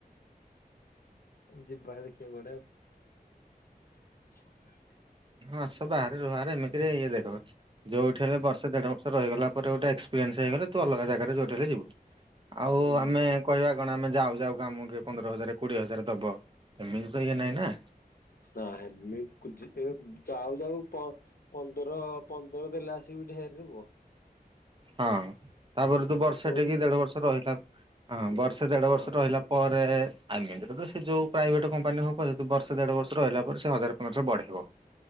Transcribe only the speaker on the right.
ହଁ ଆସ ବାହାରେ ରୁହ ଆରେ ଏମିତିରେ ଇଏ ଦେଖ ଯୋଉଠି ହେଲେ ବର୍ଷେ ଦେଢ ବର୍ଷ ରହିଗଲା ପରେ ଗୋଟ ଏକ୍ସପିରିଏନ୍ସ ହେଇଗଲେ ତୁ ଅଲଗା ଜା <unintelligible> ଯୋଉଠି ହେଲେ ଯିବୁ ଆଉ
ଆମେ କହିବା କଣ ଆମେ ଯାଉ ଯାଉ ଆମକୁ ପନ୍ଦର ହଜାର କୋଡିଏ ହଜାର ଦବ? ଏମିତି ତ ଇଏ ନାଇଁ ନା।
ହଁ। ତାପରେ ତୁ ବର୍ଷ
ଟେ କି ଦେଢ ବର୍ଷ ରହିଲା ହଁ ବର୍ଷେ ଦେଢ
ବର୍ଷ ରହିଲା ପରେ ଆମେ ବି ତ ସେ ଯୋଉ ପ୍ରାଇଭେଟ କମ୍ପାନୀ ହଉ ପଛେ ତୁଉ ବର୍ଷ ଦେଢ ବର୍ଷ ରହିଲା ପରେ ସେ ହଜାରେ ପନ୍ଦରଶହ ବଢେଇବ।